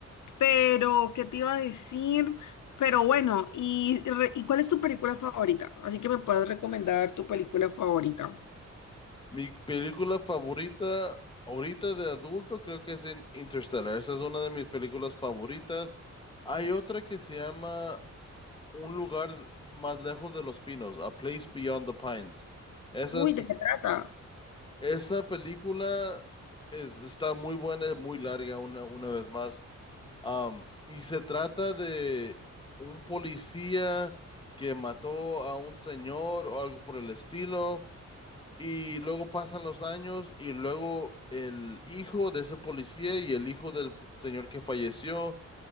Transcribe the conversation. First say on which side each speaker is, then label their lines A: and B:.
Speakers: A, on the left; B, on the left.
A: Pero, ¿qué te iba a decir? Pero bueno, ¿y, re- ¿y cuál es tu película favorita? Así que me puedes recomendar tu película favorita.
B: Mi película favorita ahorita de adulto creo que es In- Interstellar. Esa es una de mis películas favoritas. Hay otra que se llama un lugar más lejos de los pinos, A Place Beyond the Pines. Esa,
A: Uy,
B: es-
A: ¿de qué trata?
B: esa película es, está muy buena, es muy larga una, una vez más. Am, y se trata de un policía que mató a un señor o algo por el estilo. Y luego pasan los años y luego el hijo de ese policía y el hijo del señor que falleció